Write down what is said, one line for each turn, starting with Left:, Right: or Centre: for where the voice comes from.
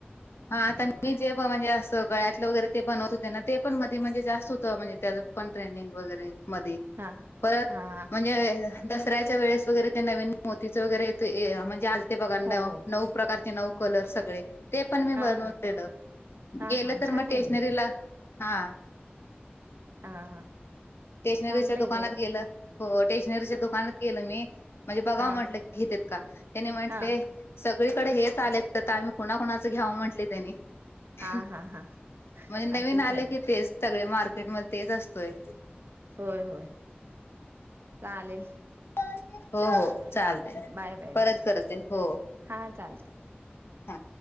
Left: हा, आता मी जे म्हणजे असं, गळ्यातलं वगैरे ते बनवत होते ना, ते पण मधे म्हणजे जास्त होतं. म्हणजे त्याज पण ट्रेनिंग वगैरे, मधी.
Right: हा
Left: परत
Right: हा
Left: म्हणजे दसऱ्याच्या वेळेस वगैरे, ते नवीन मोतीच वगैरे येतं ये म्हणजे आलते बघा, नव
Right: हो हो
Left: नऊ प्रकारचे नऊ. कलर सगळे. ते पण मी
Right: हा
Left: बनवून
Right: हा
Left: दिलं.
Right: हा
Left: गेलं
Right: हा
Left: तर
Right: छान
Left: मग, टेशनरीला.
Right: आहे
Left: हा.
Right: हा, हा.
Left: टेशनरीच्या
Right: चांगलं
Left: दुकानात
Right: आहे भरपूर
Left: गेलं, हो. टेशनरीच्या दुकानात गेलं मी. म्हणजे बघाव
Right: हा
Left: म्हटलं घेतेत का? त्याने म्हंटले
Right: हा
Left: सगळीकडे हेच आले तर, ता आम्ही कुणाकुणाचं घ्यावं म्हटले, त्यानी. <unintelligible>
Right: हा हा हा
Left: म्हने, नवीन
Right: असंच
Left: आलं
Right: आहेत
Left: की, तेच. सगळे मार्केट मध्ये तेच असतोय.
Right: होय, होय. चालेल.
Left: हो, हो.
Right: हा
Left: चालतय.
Right: बाय बाय
Left: परत
Right: बाय
Left: करते. हो.
Right: हा, चालतय.
Left: हा.